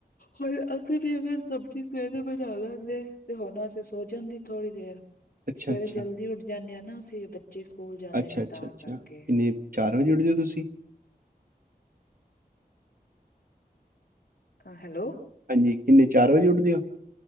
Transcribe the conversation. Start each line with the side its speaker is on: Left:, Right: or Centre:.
Left: ਹੁਣ ਅਸੀਂ ਵੀ ਅਗਰ ਸਬਜ਼ੀ ਸਵੇਰੇ ਬਣਾ ਲੈਂਦੇ ਤੇ ਹੁਣ ਅਸੀਂ ਸੋ ਜਾਂਦੇ। ਥੋੜ੍ਹੀ ਦੇਰ'
Right: ਅੱਛਾ
Left: ਸਵੇਰੇ
Right: ਅੱਛਾ
Left: ਜਲਦੀ ਉੱਠ ਜਾਂਦੇ ਹਾਂ ਨਾ ਅਸੀਂ। ਬੱਚੇ ਸਕੂਲ ਜਾਂਦੇ
Right: ਅੱਛਾ
Left: ਨੇ
Right: ਅੱਛਾ
Left: ਤਾਂ
Right: ਅੱਛਾ
Left: ਕਰਕੇ।
Right: ਕਿੰਨੇ ਚਾਰ ਵਜੇ ਉੱਠ ਦੇ ਤੁਸੀਂ
Left: ਹਾਂ ਹੈਲੋ
Right: ਹਾਂਜੀ ਕਿੰਨੇ ਚਾਰ ਵਜੇ ਉੱਠਦੇ ਹੋ